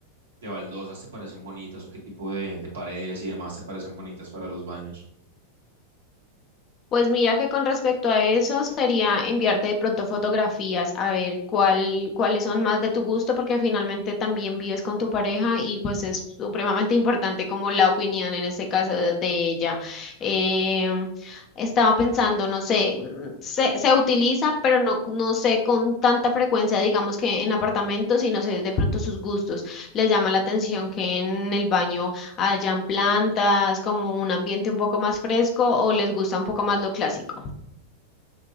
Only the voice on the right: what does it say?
de baldosas te parecen bonitas o qué tipo de, de paredes y demás te parecen bonitas para los baños.